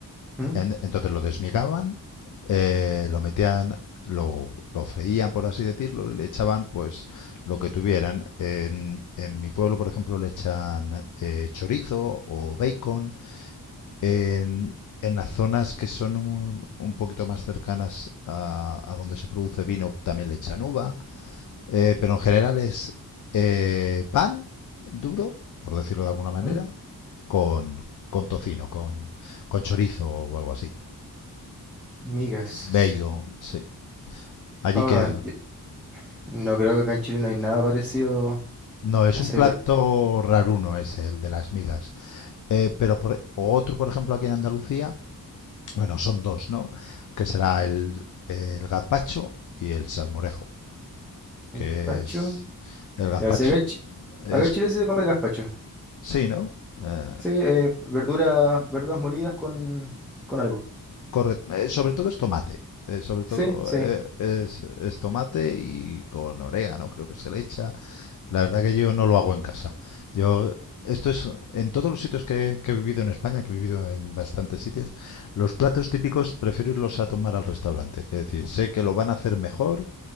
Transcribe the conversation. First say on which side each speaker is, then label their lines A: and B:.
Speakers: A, in the centre; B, on the left.
A: ¿Mm?
B: en- entonces lo desmigaban, eh, lo metían, lo, lo freían, por así decirlo, y le echaban pues lo que tuvieran. En, en mi pueblo, por ejemplo, le echan eh, chorizo o bacon En, en las zonas que son un, un poquito más cercanas a, a donde se produce vino también le echan uva, eh, pero en general es eh, pan duro, por decirlo de alguna manera,
A: ¿Mm?
B: con, con tocino, con, con chorizo o algo así.
A: Migas.
B: Bacon, sí. Allí
A: Ah,
B: que...
A: yo- no creo que acá en Chile no hay nada parecido
B: No, es
A: a ese
B: un plato
A: plato.
B: raruno ese, el de las migas. Eh, pero por, otro, por ejemplo, aquí en Andalucía, Bueno, son dos, ¿no? Que será el, el gazpacho y el salmorejo, que
A: Gazpacho.
B: es el gazpacho
A: Ya, sí, acá en, Chi-
B: es
A: acá en Chile sí se come el gazpacho.
B: sí, ¿no? Eh,
A: Sí, eh, verduras, verduras molidas con, con algo.
B: corre, eh, sobre todo es tomate, eh, sobre todo
A: Sí, sí.
B: eh, es, es, tomate y con orégano creo que se le echa. La verdad que yo no lo hago en casa. Yo esto es en todos los sitios que, que he vivido en España, que he vivido en bastantes sitios, los platos típicos prefiero irlos a tomar al restaurante. Que decir, sé que lo van a hacer mejor